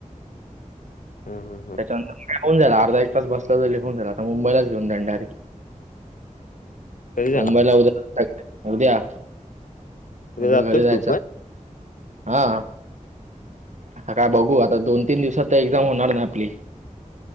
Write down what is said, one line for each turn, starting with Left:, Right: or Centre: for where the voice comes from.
Left: हं हं हं
Right: त्याच्यानंतर लिहून झाला. अर्धा एक तास बसला तर लिहून झाला. आता मुंबईलाच घेऊन जाईल डायरेक्ट.
Left: कधी जाणार
Right: मुंबईला
Left: आहेस
Right: उद्या <unintelligible> उद्या. उद्या
Left: जातोयस
Right: घरी जायच.
Left: तू पण
Right: हा. आता काय बघू. आता दोन - तीन दिवसात तर, एक्झाम होणार ना, आपली.